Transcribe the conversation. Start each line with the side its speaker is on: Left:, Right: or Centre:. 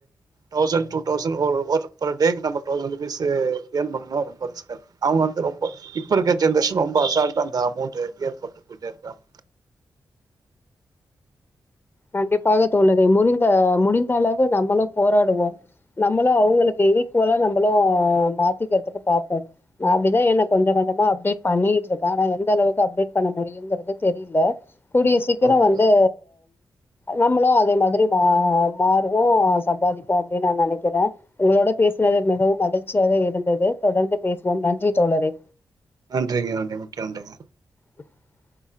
Right: தௌஸன் டூ தௌஸன் ஒ ஒர் பர் ‌டேக்கு நம்ப தௌஸன் ப்பீஸு இயர்ன் பண்ணனுனா ரொம்ப ரிஸ்கா இருக்கு அவுங்க வந்து ரொம்ப இப்ப இருக்க ஜென்ரேஷன் ரொம்ப அசால்டா அந்த அமௌண்ட் இயர்ன் பண்ணிட்டு போயிட்டே இருக்காங்க
Left: கண்டிப்பாக தோழரே முரிந்த முடிந்த அளவு நம்மளு போராடுவோ நம்மளு அவுங்களுக்கு ஈக்குவலா நம் மளு மாத்திக்கிறதுக்கு பாப்போ நா அப்டிதா என்ன கொஞ்ச கொஞ்சமா அப்டேட் பண்ணிகிட்ருக்கே ஆனா எந்த அளவுக்கு அப்டேட் பண்ண முடியுங்குறது தெரில <unintelligible> கூடிய சீக்கிரொ
Right: ஓகே
Left: வந்து நம்மளு அதே மாதிரி மா மாறுவோ சம்பாதிப்போ அப்டின் நா நெனக்கிறே உங்களோட பேசுனது மிகவும் மகிழ்ச்சியாக இருந்தது தொடர்ந்து பேசுவோம் நன்றி தோழரே
Right: நன்றிங்க நன்றி மிக்க நன்றிங்க
Left: ஹ <inaudible>